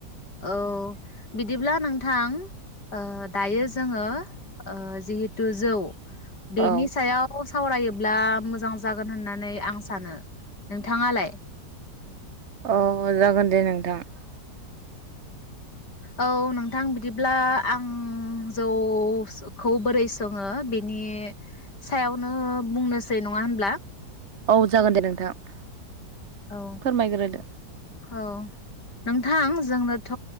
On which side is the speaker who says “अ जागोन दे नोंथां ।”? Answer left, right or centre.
Right